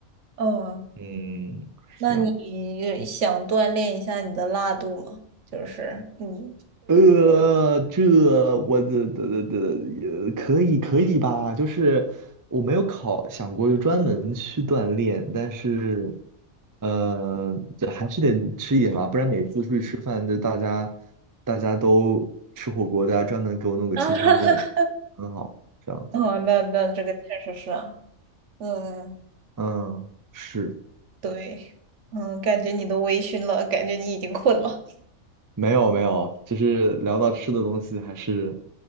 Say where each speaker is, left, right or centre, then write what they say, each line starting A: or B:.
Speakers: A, on the right; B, on the right.
A: 嗯，
B: 嗯，是啊。
A: 那你想锻炼一下你的辣度吗？就是你，
B: 呃，这我的的的的，呃，可以可以吧？就是我没有考想过就专门去锻炼，但是呃，这还是得吃一点吧，不然每次出去吃饭，就大家大家都吃火锅，大家专门给我弄个清汤锅也
A: <laughs>
B: 很好，这样子。
A: 哦，那那这个确实是啊，嗯，
B: 嗯，是，
A: 对，嗯，感觉你都微醺了，感觉你已经困了。
B: 没有没有，就是聊到吃的东西，还是